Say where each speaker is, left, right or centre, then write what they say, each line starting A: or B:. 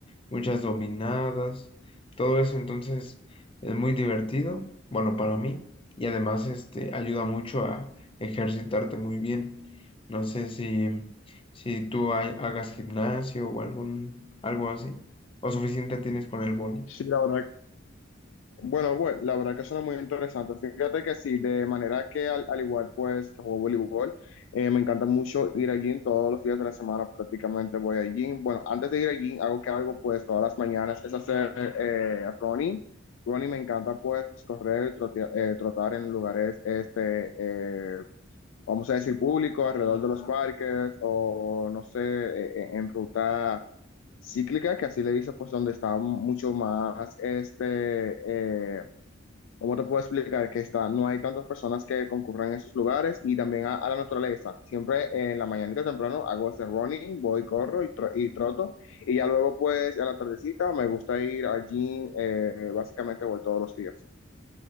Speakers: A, on the left; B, on the left.
A: muchas dominadas, todo eso entonces es muy divertido, bueno, para mí, y además este ayuda mucho a ejercitarte muy bien. No sé si, si tú hay- hagas gimnasio o algún, algo así, o suficiente tienes con el boli.
B: Sí, la verdad Bueno, bueno, la verdad que suena muy interesante. Fíjate que sí, de manera que al, al igual pues que juego voleibol, eh, me encanta mucho ir al gym todos los días de la semana prácticamente voy al gym. Bueno, antes de ir al gym, algo que hago pues todas las mañanas es hacer eh, running. Running me encanta pues correr, trotea- eh, trotar en lugares, este, eh, vamos a decir, públicos, alrededor de los parques o no sé, eh, eh, en ruta cíclica, que así le dice pues donde está mucho más este... eh, ¿Cómo te puedo explicar que está, no hay tantas personas que concurran a esos lugares y también a, a la naturaleza? Siempre en la mañanita temprano hago ese running, voy, corro y, tro- y troto y ya luego pues a la tardecita me gusta ir al gym, eh, básicamente voy todos los días.